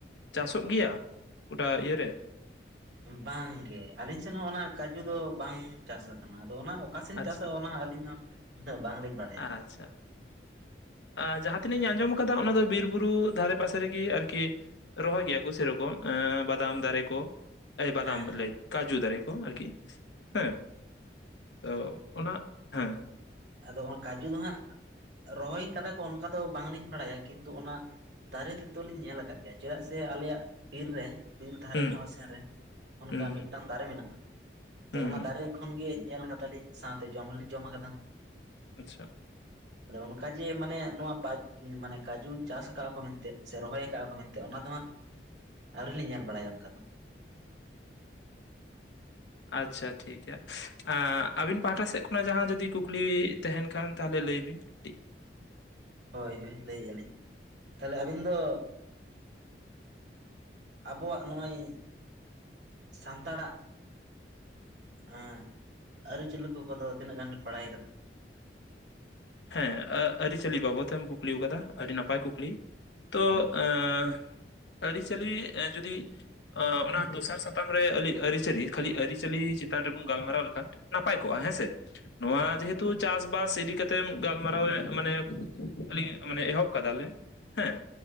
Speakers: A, on the left (about 75°); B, on the right (about 80°).
A: ᱪᱟᱥᱚᱜ ᱜᱮᱭᱟ ᱜᱚᱴᱟ ᱤᱭᱟᱹᱨᱮ
B: ᱵᱟᱝᱜᱮ ᱟᱹᱞᱤᱧ ᱥᱮᱱ ᱦᱚᱸ ᱚᱱᱟ ᱠᱟᱹᱡᱩ ᱫᱚ ᱵᱟᱝ ᱪᱟᱥ ᱟᱠᱟᱱᱟ ᱟᱫᱚ ᱚᱱᱟ ᱚᱠᱟᱥᱮᱱ
A: ᱟᱪᱪᱷᱟ
B: ᱪᱟᱥᱚᱜᱼᱟ ᱚᱱᱟ ᱟᱹᱞᱤᱧ ᱦᱚᱸ ᱩᱱᱟᱹᱜ ᱵᱟᱝᱞᱤᱧ ᱵᱟᱲᱟᱭᱟ
A: ᱟᱪᱪᱷᱟ ᱟᱨ ᱡᱟᱦᱟᱸ ᱛᱤᱱᱟᱹᱜ ᱤᱧ ᱟᱸᱡᱚᱢ ᱠᱟᱫᱟ ᱚᱱᱟ ᱫᱚ ᱵᱤᱨ ᱵᱩᱨᱩ ᱫᱷᱟᱨᱮ ᱯᱟᱥᱮ ᱨᱮᱜᱮ ᱟᱨᱠᱤ ᱨᱚᱦᱚᱭ ᱜᱮᱭᱟ ᱠᱚ ᱥᱮᱨᱚᱠᱚᱢ ᱮᱸ ᱵᱟᱫᱟᱢ ᱫᱟᱨᱮ ᱠᱚ ᱮᱭ ᱵᱟᱫᱟᱢ
B: ᱦᱮᱸ ᱦᱮᱸ
A: ᱞᱟᱹᱭ ᱠᱟᱡᱩ ᱫᱟᱨᱮ ᱠᱚ ᱟᱨᱠᱤ ᱦᱮᱸ ᱛᱚ ᱚᱱᱟ ᱦᱮᱸ
B: ᱟᱫᱚ ᱚᱱᱟ ᱠᱟᱡᱩ ᱫᱚ ᱦᱟᱸᱜ ᱨᱚᱦᱚᱭ ᱠᱟᱫᱟ ᱠᱚ ᱚᱱᱠᱟ ᱫᱚ ᱵᱟᱝᱞᱤᱧ ᱵᱟᱲᱟᱭᱟ ᱠᱤᱱᱛᱩ ᱚᱱᱟ ᱫᱟᱨᱮ ᱛᱮᱫ ᱫᱚᱞᱤᱧ ᱧᱮᱞ ᱟᱠᱟᱫ ᱜᱮᱭᱟ ᱪᱮᱫᱟᱜ ᱥᱮ ᱟᱞᱮᱭᱟᱜ ᱵᱤᱨ ᱨᱮ ᱵᱤᱨ ᱫᱷᱟᱨᱮ
A: ᱦᱩᱸ
B: ᱧᱚᱜ ᱥᱮᱱ ᱨᱮ ᱚᱱᱠᱟ
A: ᱦᱩᱸ ᱦᱩᱸ
B: ᱢᱤᱫᱴᱟᱝ ᱫᱟᱨᱮ ᱢᱮᱱᱟᱜᱼᱟ ᱛᱚ
A: ᱦᱩᱸ
B: ᱚᱱᱟ
A: ᱦᱩᱸ
B: ᱫᱟᱨᱮ ᱠᱷᱚᱱ ᱜᱮ ᱧᱮᱞ ᱠᱟᱫᱟᱞᱤᱧ ᱥᱟᱶᱛᱮ ᱡᱚᱢ ᱦᱚᱸᱞᱤᱧ ᱡᱚᱢ ᱟᱠᱟᱫᱟ
A: ᱟᱪᱪᱷᱟ
B: ᱟᱫᱚ ᱚᱱᱠᱟ ᱡᱮ ᱢᱟᱱᱮ ᱱᱚᱣᱟ ᱵᱟ ᱢᱟᱱᱮ ᱠᱟᱡᱩ ᱪᱟᱥ ᱟᱠᱟᱜᱼᱟᱠᱚ ᱢᱮᱱᱛᱮ ᱥᱮ ᱨᱚᱦᱚᱭ ᱟᱠᱟᱜᱼᱟᱠᱚ ᱢᱮᱱᱛᱮ ᱚᱱᱟ ᱫᱚ ᱦᱟᱸᱜ ᱟᱹᱣᱨᱤ ᱞᱤᱧ ᱧᱮᱞ ᱵᱟᱲᱟᱭᱟ ᱚᱱᱠᱟ ᱫᱚ
A: ᱟᱪᱪᱷᱟ ᱴᱷᱤᱠ ᱜᱮᱭᱟ ᱮᱸᱜ ᱟᱹᱵᱤᱱ ᱯᱟᱦᱴᱟ ᱥᱮᱫ ᱠᱷᱚᱱᱟᱜ ᱡᱟᱦᱟᱸ ᱡᱩᱫᱤ ᱠᱩᱠᱞᱤ ᱛᱟᱦᱮᱱ ᱠᱷᱟᱱ ᱛᱟᱦᱚᱞᱮ ᱞᱟᱹᱭ ᱵᱤᱱ ᱠᱟᱹᱴᱤᱡ?
B: ᱦᱳᱭ ᱦᱳᱭ ᱞᱟᱹᱭᱮᱜᱼᱟᱞᱤᱧ ᱛᱟᱦᱚᱞᱮ ᱟᱹᱵᱤᱱ ᱫᱚ ᱟᱵᱚᱣᱟᱜ ᱱᱚᱜᱼᱚᱭ ᱥᱟᱱᱛᱟᱲᱟᱜ ᱮᱸᱜ ᱟᱹᱨᱤᱪᱟᱹᱞᱤ ᱠᱚ ᱠᱚᱫᱚ ᱛᱤᱱᱟᱹᱜ ᱜᱟᱱ ᱵᱮᱱ ᱵᱟᱲᱟᱭ ᱟᱠᱟᱫᱟ?
A: ᱦᱮᱸ ᱟᱹᱨᱤᱪᱟᱹᱞᱤ ᱵᱟᱵᱚᱫ ᱛᱮᱢ ᱠᱩᱠᱞᱤ ᱟᱠᱟᱫᱟ ᱟᱹᱰᱤ ᱱᱟᱯᱟᱭ ᱠᱩᱠᱞᱤ ᱛᱚ
B: ᱦᱮᱸ
A: ᱮᱸ ᱟᱹᱨᱤᱪᱟᱹᱞᱤ ᱡᱩᱫᱤ ᱚᱱᱟ ᱫᱚᱥᱟᱨ ᱥᱟᱯ ᱪᱮᱛᱟᱱ ᱨᱮ ᱟᱹᱞᱤ ᱟᱹᱨᱤᱪᱟᱹᱞᱤ ᱠᱷᱟᱹᱞᱤ ᱟᱹᱨᱤᱪᱟᱹᱞᱤ ᱪᱮᱛᱟᱱ ᱨᱮ ᱵᱚᱱ ᱜᱟᱞᱢᱟᱨᱟᱣ ᱞᱮᱠᱷᱟᱱ ᱱᱟᱯᱟᱭ ᱠᱚᱜᱼᱟ ᱦᱮᱸ ᱥᱮ ᱱᱚᱣᱟ
B: ᱦᱮᱸ
A: ᱡᱮᱦᱮᱛᱩ ᱪᱟᱥ ᱵᱟᱥ ᱤᱫᱤ ᱠᱟᱛᱮ ᱛᱮᱢ ᱜᱟᱞᱢᱟᱨᱟᱣᱮᱫ ᱢᱟᱱᱮ ᱢᱟᱱᱮ ᱮᱦᱚᱵ ᱠᱟᱫᱟᱞᱮ ᱦᱮᱸ